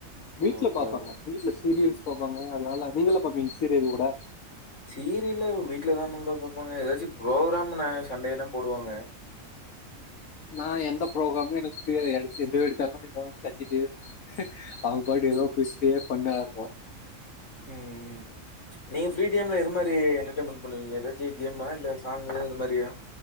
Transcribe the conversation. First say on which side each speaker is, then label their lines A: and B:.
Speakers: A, on the left (about 85°); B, on the left (about 65°).
A: வீட்ல
B: ஓகே
A: பாப்பாங்க
B: ஓகே
A: வீட்ல சீரியல்ஸ் பாப்பாங்க அதனால நீங்கல்லா பாப்பீங்க சீரியல் கூட
B: சீரியல்ல வீட்லதா நண்பா பாப்பாங்க ஏதாச்சு ப்ரோக்கிராம் ஞா சண்டே தா போடுவாங்க
A: நா எந்த ப்ரோக்ராமே எனக்கு புரியாது எந் எது எடுத்தாலு ஏதோ ஒண்ணு கத்திட்டு அவங்க பாட்டுக்கு ஏதோ பேசிட்டே ஃபண்ணா இருக்கு
B: ம்ம் நீங்க ஃப்ரீ டைம்ல எது மாரி என்டர்டன்மெண்ட் பண்ணுவீங்க ஏதாச்சு கேம்மா இல்ல சாங்கு அது மாரியா